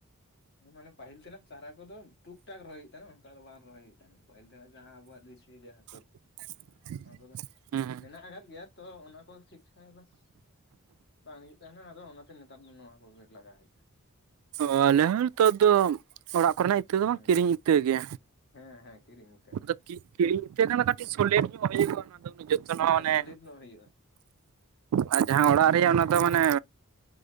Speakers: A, on the left (about 50°); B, on the right (about 80°).
A: ᱦᱮᱸ ᱢᱟᱱᱮ ᱯᱟᱦᱤᱞ ᱛᱮᱱᱟᱜ ᱪᱟᱨᱟ ᱠᱚᱫᱚ ᱴᱩᱠ ᱴᱟᱠ ᱨᱚᱦᱚᱭ ᱦᱩᱭᱩᱜ ᱛᱟᱦᱮᱱᱟ ᱚᱱᱠᱟ ᱫᱚ ᱵᱟᱝ ᱨᱚᱦᱚᱭ ᱦᱩᱭᱩᱜ ᱛᱟᱦᱮᱱᱟ ᱯᱟᱹᱦᱤᱞ ᱛᱮ ᱡᱟᱦᱟᱸ ᱟᱵᱚᱣᱟᱜ ᱡᱟᱦᱟᱸ ᱫᱮᱥᱤ ᱡᱟᱦᱟᱸ ᱛᱚᱛ
B: <unintelligible>
A: ᱚᱱᱟ ᱠᱚᱫᱚ
B: ᱦᱩᱸ ᱦᱩᱸ
A: ᱢᱮᱱᱟᱜ ᱟᱠᱟᱫ ᱜᱮᱭᱟ ᱛᱚ ᱚᱱᱟ ᱠᱚ ᱴᱷᱤᱠ ᱴᱷᱟᱠ ᱵᱟᱥ᱾ ᱵᱟᱝ ᱦᱩᱭᱩᱜ ᱛᱟᱦᱮᱱᱟ ᱟᱫᱚ ᱚᱱᱟᱛᱮ ᱱᱮᱛᱟᱨ ᱫᱚ ᱱᱚᱣᱟ ᱠᱚᱜᱮ ᱞᱟᱜᱟᱣ ᱦᱩᱭᱩᱜ ᱛᱟᱦᱮᱫ᱾
B: ᱚᱸ ᱟᱞᱮᱦᱚ ᱱᱤᱛᱚᱜ ᱫᱚ ᱚᱲᱟᱜ ᱠᱚᱨᱮᱱᱟᱜ ᱤᱛᱟᱹ ᱫᱚ
A: ᱦᱮᱸ
B: ᱵᱟᱝ ᱠᱤᱨᱤᱧ ᱤᱛᱟᱹ ᱜᱮ᱾
A: ᱦᱮᱸ ᱦᱮᱸ ᱠᱤᱨᱤᱧ ᱤᱛᱟᱹ ᱜᱮ᱾
B: ᱟᱫᱚ ᱠᱤᱨᱤᱧ ᱤᱛᱟᱹ ᱠᱷᱟᱱ ᱫᱚ ᱠᱟᱹᱴᱤᱡ ᱥᱚᱞᱮᱴ ᱧᱚᱜ ᱦᱩᱭᱩᱜ-ᱟ ᱚᱱᱟ ᱫᱚ ᱩᱱᱟᱹᱜ ᱡᱚᱛᱚᱱ ᱦᱚᱸ
A: ᱦᱮᱸ
B: ᱚᱱᱮ
A: ᱥᱚᱞᱤᱰ ᱧᱚᱜ ᱦᱩᱭᱩᱜᱼᱟ
B: ᱟᱨ ᱡᱟᱦᱟᱸ
A: ᱦᱮᱸ
B: ᱚᱲᱟᱜ ᱨᱮᱭᱟᱜ ᱚᱱᱟ ᱫᱚ ᱢᱟᱱᱮ,